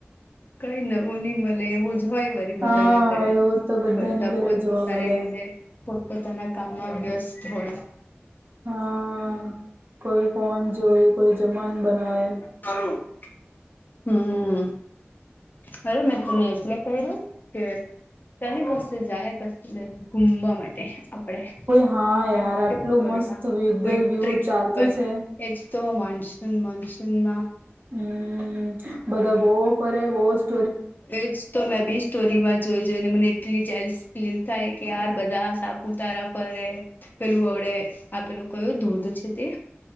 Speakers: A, on the left; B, on the right.
A: કઈ નવું ની મલે એવું જ હોય. બધાના
B: હા
A: ઘરે,
B: એવું તો બધાની
A: બધા
B: ઘરે
A: પોત
B: જોવા
A: પોતાની
B: મળે
A: રીતે પોતપોતાના કામમાં વ્યસ્ત હોય.
B: હા કોઈ ફોન જોઈ, કોઈ જમાન બનાવે.
A: કરું હમ હલો મે તમને એજ લેટ કર્યું કે શેની કસે જાય કશે ગુમવા માટે. આપડે
B: કોઈ હા
A: મીનસ
B: યાર આટલું
A: કે ફરવા
B: મસ્ત વેધર
A: કોઈ ટ્રીપ
B: વ્યુ ચાલતું
A: પર
B: છે
A: એજ. તો મોન્સુન મોન્સુન માં
B: હમ બધા બોવ ફરે બહુ જ
A: એજ તો મે બી સ્ટોરીમાં જોઈ જોઈને મને એટલી જેલસ ફિલ થાય કે યાર બધા સાપુતારા ફરે પેલું અડે આ પેલું કયો ધોધ છે તે